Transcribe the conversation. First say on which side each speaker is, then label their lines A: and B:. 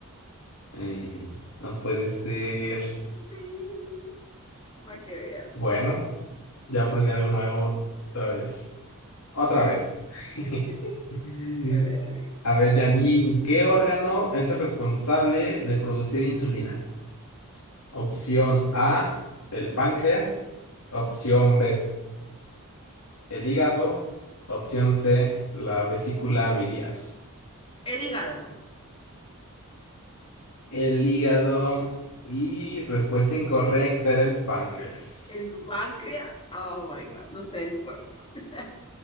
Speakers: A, on the left; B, on the left.
A: eh, no puede ser.
B: Sí, para que veas.
A: Bueno, ya aprendí algo nuevo otra vez. Otra vez. <laughs>
B: Ok. Dale, dale.
A: A ver, Janine, ¿qué órgano es el responsable de producir insulina? Opción A, el páncreas. Opción B, el hígado. Opción C, la vesícula biliar.
B: El hígado,
A: El hígado y respuesta incorrecta era el páncreas.
B: el páncreas, oh my God, no sé, el cuerpo. <laughs>